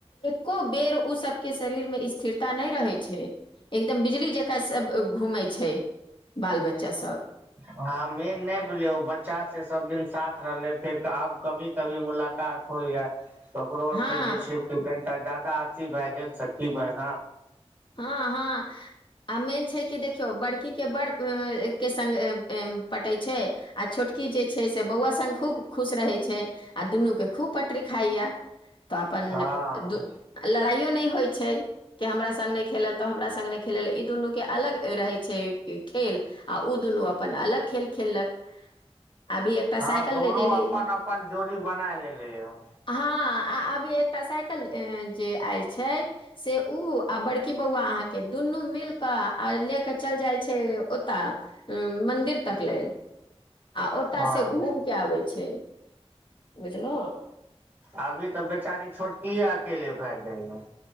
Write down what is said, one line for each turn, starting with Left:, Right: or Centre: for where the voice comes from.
Left: को बेर ओ सबके शरीर मे स्थिरता नइ रहै छै एकदम बिजली जकाँ सब घूमै छै बाल बच्चा सब
Right: हं मेन नइ बुझलिय ओ बच्चा से सब दिन साथ रहले फेर आब कभी कभी मुलाकात होइया ओकरो आर
Left: हँ
Right: के जे छै से कनिटा जादा अथी भए गेल सखी बहना
Left: हँ हँ आ मेन छै कि देख बड़की के बड़ के संग पटै छै आ छोटकी जे छै से बौआ संग खूब खुश रहै छै आ दुनू के खूब पटरी खाइया तऽ अपन
Right: हँ
Left: द लड़ाइयो नहि होइ छै कि हमरा संग नै खेलल तऽ हमरा संग खेलल ई दुनू के अलग रहै छै खेल आ ओ दुनू अपन अलग खेल खेललक अभी एकटा
Right: हँ
Left: साइकिल
Right: दोनो
Left: ले देले
Right: अपन अपन जोड़ी बना लेले ह
Left: हाँ आ अभी एकटा साइकिल जे आयल छै से उ आ बड़क बौआ अहाँ के दुनू मिल क आ ले के चल जाइ छै ओत मंदिर तक लेल आ ओतय
Right: हँ
Left: से घूम के आबै छै बुझलौं
Right: अभी तऽ बेचारी छोटकियए अकेले भए जाइए